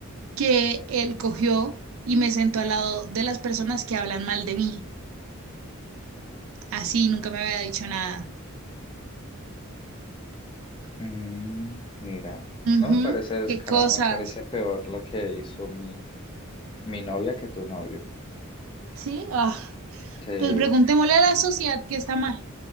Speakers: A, on the right; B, on the left.
A: que él cogió y me sentó al lado de las personas que hablan mal de mí. Así, nunca me había dicho nada.
B: Mm, mira,
A: Ujú,
B: no me parece descarado,
A: qué cosas.
B: me parece peor lo que hizo mi, mi novia que tu novio.
A: Sí, ah,
B: Sí.
A: Pues preguntémosle a la sociedad qué está mal.